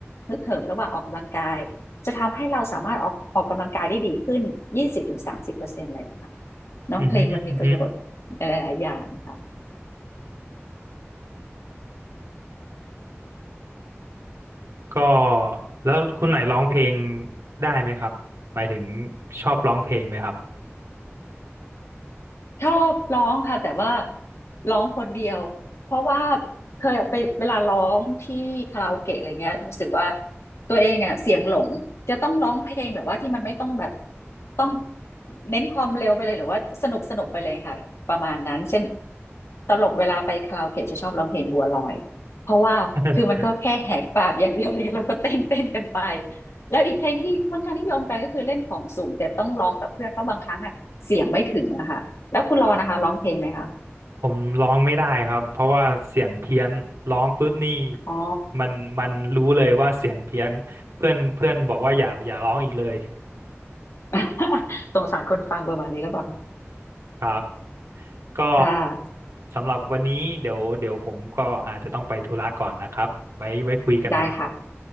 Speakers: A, on the left (about 75°); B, on the right (about 80°).
A: ฮึกเหิมระหว่างออกกำลังกาย จะทำให้เราสามารถออกออกกำลังกายได้ดีขึ้นยี่สิบถึงสามสิบเปอร์เซ็นต์เลยอะค่ะเนาะเพลงมันมีประโยชน์หลายๆ
B: อือฮึอือฮึ
A: อย่างค่ะ
B: ก็แล้วคุณไหนร้องเพลงได้ไหมครับหมายถึงชอบร้องเพลงไหมครับ
A: ชอบร้องค่ะแต่ว่าร้องคนเดียวเพราะว่าเคยไปเวลาร้องที่คาราโอเกะอะไรเงี้ยรู้สึกว่าตัวเองอ่ะเสียงหลงจะต้องร้องเพลงแบบว่าที่มันไม่ต้องแบบต้องเน้นความเร็วไปเลยหรือว่าสนุกสนุกไปเลยค่ะประมาณนั้นเช่นตลกเวลาไปคาราโอเกะจะชอบร้องเพลงบัวลอยเพราะว่าคือมันก็แค่แหกปากอย่างเดียวเลยแล้วก็เต้นเต้นกันไป
B: <laughs>
A: แล้วอีกเพลงที่ค่อนข้างนิยมกันก็คือเล่นของสูงแต่ต้องร้องกับเพื่อนเพราะบางครั้งอ่ะเสียงไม่ถึงอะค่ะ แล้วคุณรอนะคะร้องเพลงไหมคะ
B: ผมร้องไม่ได้ครับเพราะว่าเสียงเพี้ยนร้องปุ๊บนี่
A: อ๋อ
B: มันมันรู้เลยว่าเสียงเพี้ยนเพื่อนเพื่อนบอกว่าอย่าอย่าร้องอีกเลย
A: <laughs> สงสารคนฟังประมาณนี้แล้วเปล่า
B: <laughs> ครับก็
A: ค่ะ
B: สำหรับวันนี้เดี๋ยวเดี๋ยวผมก็อาจจะต้องไปธุระก่อนนะครับไว้ไว้คุยกันใหม่
A: ได้ค่ะ